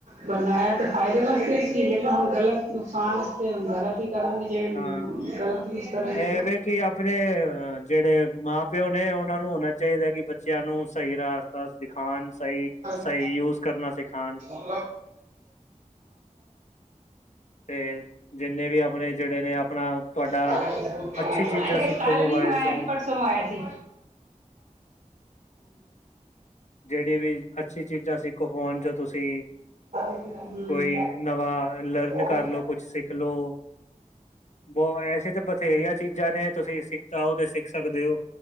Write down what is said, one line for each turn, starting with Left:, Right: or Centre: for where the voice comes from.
Right: ਬਣਾਇਆ ਤੇ ਫਾਇਦੇ ਵਾਸਤੇ ਸੀ, ਲੇਕਿਨ ਹੁਣ ਗ਼ਲਤ ਨੁਕਸਾਨ ਵਸਤੇ ਹੁਣ ਗਲਤ ਹੀ ਕਰਨਗੇ ਜੇਹੜੇ
Left: ਹਾਂ
Right: ਗਲਤ ਯੂਜ ਕਰਨਗੇ
Left: ਇਹ ਵੇ ਕਿ ਆਪਣੇ ਅ ਜਿਹੜੇ ਮਾਂ ਪਿਓ ਨੇ ਉਹਨਾਂ ਨੂੰ ਹੋਣਾ ਚਾਹੀਦਾ ਕਿ ਬੱਚਿਆਂ ਨੂੰ ਸਹੀ ਰਸਤਾ ਦਿਖਾਣ ਸਹੀ ਸਹੀ
Right: <unintelligible> <inaudible>
Left: ਯੂਜ, ਕਰਨਾ ਸਿਖਾਉਣ
Right: <unintelligible> <inaudible>
Left: ਤੇ ਜਿੰਨੇ ਵੀ ਆਪਣੇ ਜਿਹੜੇ ਨੇ ਆਪਣਾ ਤੁਹਾਡਾ
Right: ਇੱਕ
Left: ਅੱਛੀ ਚੀਜ਼ਾਂ ਸਿੱਖੋ
Right: ਸਾਲ
Left: ਮੋਬਾਇਲ
Right: ਨੀ ਮੰਗਵਾਆ
Left: ਚੋਂ
Right: ਸੀ ਪਰਸੋਂ <inaudible> ਪਰਸੋ ਆਇਆ ਸੀ।
Left: ਜਿਹੜੀ ਵੀ, ਅੱਛੀ ਚੀਜ਼ਾਂ ਸਿੱਖੋ, ਫੋਨ ਚੋ ਤੁਸੀਂ
Right: ਹੂੰ। ਹੂੰ
Left: ਕੋਈ ਨਵਾਂ ਲਰਨ,
Right: ਹਮ
Left: ਕਰਲੋ ਕੁਛ ਸਿੱਖ ਲਓ ਬਹੁ ਐਸੇ ਤਾਂ, ਬਥੇਰੀਆਂ ਚੀਜ਼ਾਂ ਨੇ ਤੁਸੀਂ ਸਿੱਖਓ ਤੇ ਸਿੱਖ ਸਕਦੇ ਹੋ